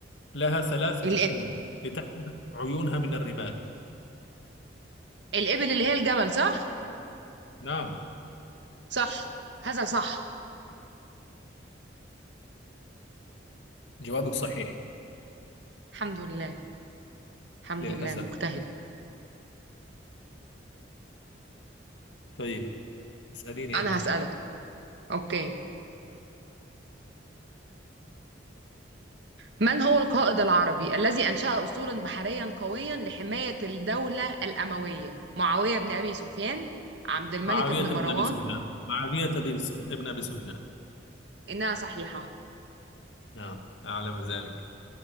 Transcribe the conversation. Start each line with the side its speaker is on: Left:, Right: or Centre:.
Left: لها ثلاث
Right: الإب-
Left: جفون لتحمل عيونها من الرمال
Right: الإبل اللي هي الجمل صح
Left: نعم
Right: صح هذا صح
Left: جوابك صحيح
Right: الحمد لله الحمد
Left: للأسف
Right: لله مجتهدة
Left: طيب اسأليني
Right: أنا
Left: أنت
Right: هسألك أوكي من هو القائد العربي الذي أنشأ أسطولا بحريا قويا لحماية الدولة الأموية؟ معاوية بن أبي سفيان، عبد الملك
Left: معاوية
Right: بن
Left: بن
Right: مروان،
Left: أبي سفيان معاوية بن س- ابن أبي سفيان
Right: إنها صحيحة.
Left: نعم أعلم ذلك